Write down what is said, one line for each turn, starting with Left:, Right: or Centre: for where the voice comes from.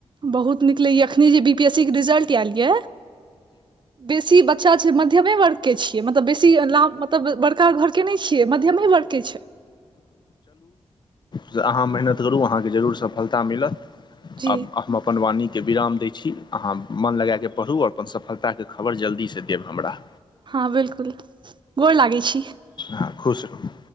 Right: बहुत नीक लैए एखने जे बी पीएस सी के रिजल्ट आयल यए बेसी बच्चा छै, मध्यमे वर्ग के छियै, मतलब बेसी लाभ मतलब बड़का घर नहि छ मध्यम वर्गके छै,
Left: से अहाँ मेहनत करू अहाँकेँ जरूर सफलता मिलत
Right: जी
Left: आ हम अपन वाणी के विराम दै छी अहाँ मन लगााकऽ पढ़ूओर अपन सफलताके खबर जल्दीसँ देब हमरा
Right: हाँ बिल्कुल गोर लागै छी।
Left: हाँ, खुश रहू